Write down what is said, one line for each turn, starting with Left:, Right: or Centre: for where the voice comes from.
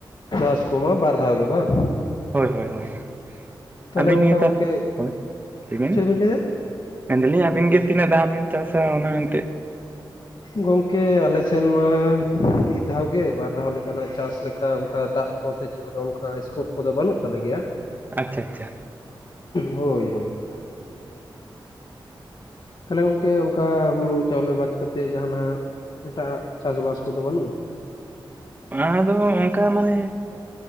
Left: ᱪᱟᱥ ᱠᱚᱢᱟ ᱵᱟᱨ ᱫᱷᱟᱣ ᱜᱮ ᱵᱟᱝ?
Right: ᱦᱳᱭ ᱦᱳᱭ ᱦᱳᱭ
Left: ᱛᱟᱦᱚᱞᱮ
Right: ᱟᱹᱵᱤᱱ
Left: ᱚᱱᱠᱟ
Right: ᱱᱤᱭᱟᱹᱮᱛᱟᱨ
Left: ᱜᱚᱝᱠᱮ
Right: ᱦᱳᱭ ᱞᱤᱵᱤᱱ?
Left: ᱪᱮᱫ ᱵᱤᱱ ᱞᱟᱹᱭᱟ?
Right: ᱢᱮᱱᱫᱟᱞᱤᱧ ᱟᱵᱤᱱ ᱜᱮ ᱛᱤᱱᱟᱹ ᱫᱟᱜ ᱵᱮᱱ ᱪᱟᱥᱟ ᱚᱱᱟ ᱮᱱᱛᱮᱜ?
Left: ᱜᱚᱝᱠᱮ ᱟᱞᱮ ᱥᱮᱱ ᱢᱟ ᱢᱤᱫ ᱫᱷᱟᱣ ᱜᱮ, ᱵᱟᱨᱫᱷᱟᱣ ᱞᱮᱠᱟᱱᱟᱜ ᱪᱟᱥ ᱞᱮᱠᱟ ᱚᱱᱠᱟ ᱫᱟᱜ ᱠᱚ ᱥᱮ ᱪᱮᱫ ᱞᱮᱠᱟ ᱚᱱᱠᱟ ᱥᱠᱳᱯ ᱠᱚᱫᱚ ᱵᱟᱹᱱᱩᱜ ᱛᱟᱞᱮ ᱜᱮᱭᱟ ᱾
Right: ᱟᱪᱪᱷᱟ ᱟᱪᱪᱷᱟ᱾
Left: ᱦᱳᱭ ᱦᱳᱭ ᱾ ᱛᱟᱦᱚᱞᱮ ᱜᱚᱝᱠᱮ ᱚᱱᱠᱟ ᱦᱩᱲᱩ ᱪᱟᱣᱞᱮ ᱵᱟᱫ ᱠᱟᱛᱮᱫ ᱡᱟᱦᱟᱱᱟᱜ ᱮᱴᱟᱜ ᱪᱟᱥ ᱵᱟᱥ ᱠᱚᱫᱚ ᱵᱟᱹᱱᱩᱜᱼᱟ?
Right: ᱟᱫᱚ ᱚᱱᱠᱟ ᱢᱟᱱᱮ